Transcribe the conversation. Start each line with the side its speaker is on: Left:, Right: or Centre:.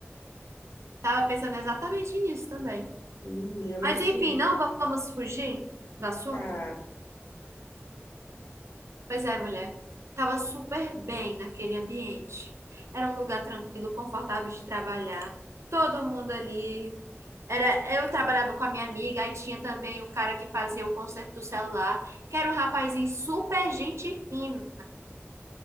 Right: Tava pensando exatamente nisso também.
Left: Menina, mas
Right: Mas enfim,
Left: diga.
Right: não vamos fugir do assunto?
Left: Tá.
Right: Pois é, mulher. Tava super bem naquele ambiente. Era um lugar tranquilo, confortável de trabalhar. Todo mundo ali. Era, eu trabalhava com a minha amiga, aí tinha também o cara que fazia o conserto do celular, que era um rapazinho super gente fino.